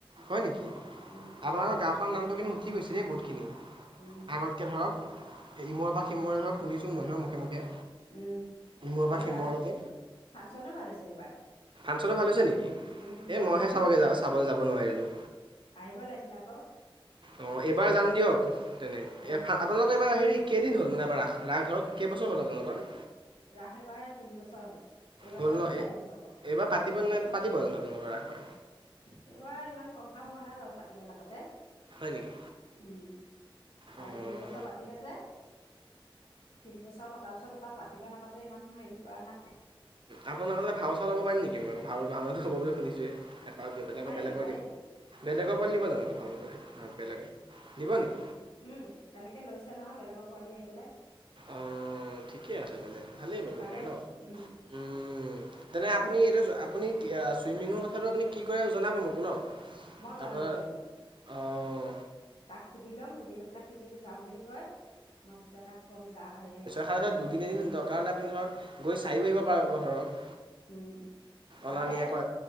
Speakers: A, on the right (about 60°); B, on the left (about 80°).
A: হয় নেকি
B: উম
A: আপোনালোকৰ গাঁওখনৰ নামটো কিন্তু উঠি গৈছে, দেই বহুতখিনি
B: উম
A: আগত তকে ধৰক ইমূৰ পৰা সিমূৰে ধৰক শুনিছোঁ মানুহৰ মুখে, মুখে।
B: উম
A: ইমূৰৰ পৰা
B: এইবাৰ
A: সিমূৰলৈকে।
B: ৰাস ফাংচনো ভাল হৈছে এইবাৰ।
A: ফাংচনটো ভাল হৈছে নেকি।
B: উম বৰ
A: এই মইহে
B: ধুনীয়া
A: চাবগৈ,
B: হৈছে
A: চাবলে যাব নোৱাৰিলোঁ।
B: আহিব লাগিছিল আকৌ।
A: অ, এইবাৰ যাম দিয়ক তেনে
B: বহু
A: আপোনালোকৰ এইবাৰ হেৰি কেইদিন হ'ল মানে এবাৰ ৰাস ধৰক কেইবছৰ হ'ল আপোনালোকৰ।
B: ৰাস এবাৰ তিনিবছৰ হ'ল, এইবছৰ
A: হ'ল ন
B: সৈতে,
A: এই
B: চাৰি বছৰ হ'ব।
A: এইবাৰ পাতি নে নাপাতিব জানো, আপোনালোকৰ এইবাৰ
B: সেইবাৰ ইমান কমফাৰ্ম হোৱা নাই বাৰু পাতিব, নাপাতে।
A: হয় নেকি
B: উম, মানে
A: অঁ
B: তিনি বছৰ পাতি পাতিলে যে তিনি বছৰ পতাৰ পিছত ইপাৰ পাতিবা নাপাতে ইমান হেৰি কৰা নাই।
A: আপোনালোকৰতে ভাও, চাও'ব পাৰি নেকি মই ভাওনা হ'ব বুলি শুনিছোৱেই। এপাক বিলাকৰ
B: পাৰিবি
A: বেলেগৰ
B: পাৰিবি
A: দি'ব বেলেগৰওপৰত দি'ব জান ভাল। বেলেগৰ দি'ব নেকি।
B: উম, তেনেকে লৈছে নহয়, বেলেগৰ পোৱালি আহি, পেলাই।
A: অ, ঠিকে আছে। তেনে ভালেই ব'লো
B: পাৰে
A: মানে ন।
B: উম,
A: উম, তেনে আপুনি
B: মোক
A: এইটো, আপুনি কি ছুইমিঙৰ কথাটো, আপুনি কি কৰে, জনাব মোক ন।
B: মই জনাম
A: আপোনাৰ
B: জনাম দে,
A: অঁ
B: তাক সুধি ল'ম সুধি লৈ পেলাই, সি যদি যাওঁ বুলি কয়, মই তেতিয়া তাক ক'ম যা হে
A: তাৰ পিছত ধৰক দুদিন এদিন দৰকাৰ হ'লে আপুনি ধৰক গৈ চাইও আহিব পাৰা ধৰক।
B: উম। পাৰে
A: অনা, নিয়া কৰা